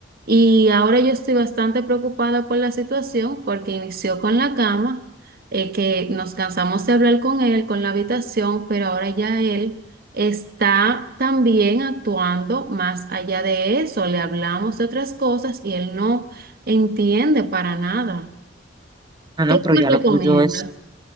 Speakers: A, on the right; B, on the right.
A: y ahora yo estoy bastante preocupada por la situación porque inició con la cama, eh, que nos cansamos de hablar con él, con la habitación, pero ahora ya él está también actuando más allá de eso. Le hablamos de otras cosas y él no entiende para nada.
B: Ah,
A: ¿Qué
B: no, pero
A: tú me
B: ya lo
A: recomiendas?
B: tuyo es,